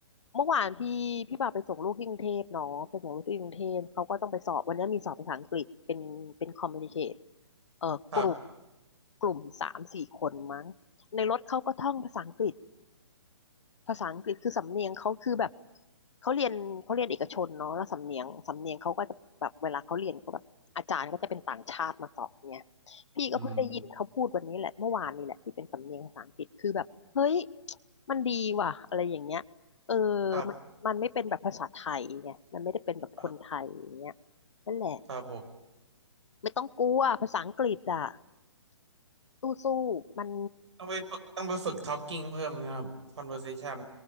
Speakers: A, on the left (about 75°); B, on the right (about 70°).
A: เมื่อวานพี่พี่ปาไปส่งลูกที่กรุงเทพเนาะไปส่งลูกที่กรุงเทพเขาก็ต้องไปสอบวันนี้มีสอบภาษาอังกฤษเป็นเป็นคอมมูนิเคตเอ่อกลุ่ม
B: ครับ
A: กลุ่มสามสี่คนมั้งในรถเขาก็ท่องภาษาอังกฤษ ภาษาอังกฤษคือสำเนียงเขาคือแบบเขาเรียนเขาเรียนเอกชนเนาะแล้วสำเนียงสำเนียงเขาก็จะแบบเวลาเขาเรียนก็แบบอาจารย์ก็จะเป็นต่างชาติมาสอนเนี่ยพี่ก็เพิ่งได้ยินเขาพูดวันนี้แหละเมื่อวานนี่แหละที่เป็นสำเนียงภาษาอังกฤษคือแบบเฮ้ย
B: อืม
A: มันดีว่ะอะไรอย่างเงี้ยเออ
B: ครับ
A: มันมันไม่เป็นแบบภาษาไทยไงมันไม่ได้เป็นแบบคนไทยอย่างเงี้ย
B: ครับ
A: นั่นแหละ
B: ครับผม
A: ไม่ต้องกลัวภาษาอังกฤษอ่ะสู้ๆมัน
B: ต้องไปฝึกต้องไปฝึก talking เพิ่มนะครับ conversation